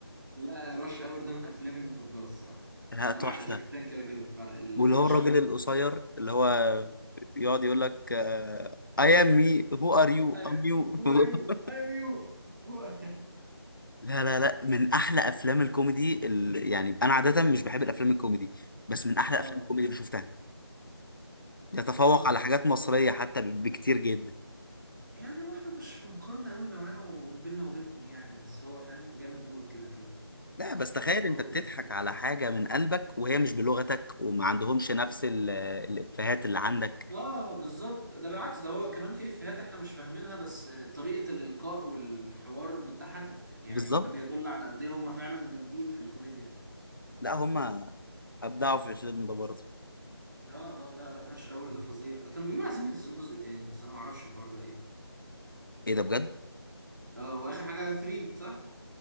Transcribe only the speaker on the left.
لا
تحفه
واللي هو الراجل
القصير اللي هو يقعد يقول لك آه I am me who are you
I'm you
<laughs>
لا لا لا من احلى افلام الكوميدي ال... يعني انا عاده مش بحب الافلام الكوميدي بس من احلى
افلام الكوميدي اللي شفتها يتفوق
على حاجات مصريه حتى ب- بكتير جدا
لا بس تخيل
انت بتضحك على حاجه من قلبك وهي مش بلغتك وما عندهمش نفس ال... الافيهات اللي عندك
بالظبط
لا هم ابدعوا في الفيلم ده برضه
ايه ده بجد